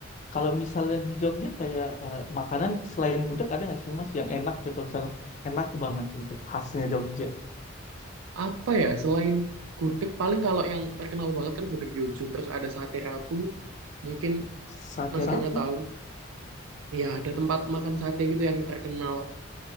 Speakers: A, on the left; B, on the right.
A: Kalau misalnya di Jogja kayak eh, makanan selain gudeg ada nggak sih Mas yang enak gitu misalnya enak banget gitu khasnya Jogja.
B: apa ya selain gudeg paling kalau yang terkenal banget kan gudeg Yujum terus ada sate ratu mungkin
A: Sate
B: Mas
A: rapuh.
B: Gena tahu ya ada tempat makan sate gitu yang terkenal